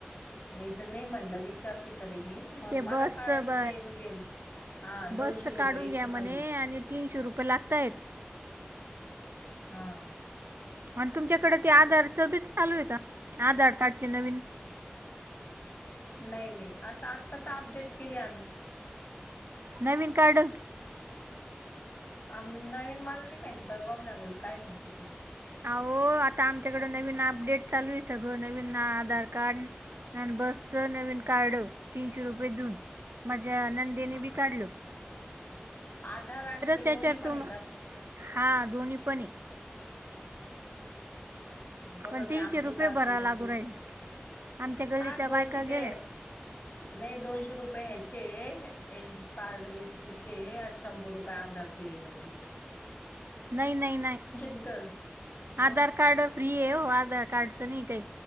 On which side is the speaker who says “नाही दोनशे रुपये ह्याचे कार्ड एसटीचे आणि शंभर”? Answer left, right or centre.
Left